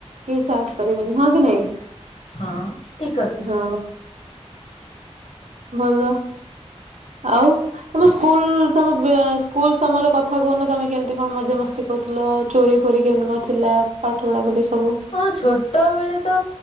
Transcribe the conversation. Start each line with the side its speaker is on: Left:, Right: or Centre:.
Right: କେହି ସାହସ କରିବେନି ହଁ କି ନାଇଁ?
Left: ହଁ ଠିକ କଥା।
Right: ହଁ ଭଲ ଆଉ ତମେ ସ୍କୁଲ ତମ ସ୍କୁଲ ସମୟରେ କଥା କହୁନ ତମେ କେମିତି କଣ ମଜାମସ୍ତି କରୁଥିଲ? ଚୋରି ଫୋରି କେମିତି କଣ ଥିଲା ପାଠ ପଢା ପଢି ସବୁ?
Left: ମୁଟ ଛୋଟ ବେଳେ ତ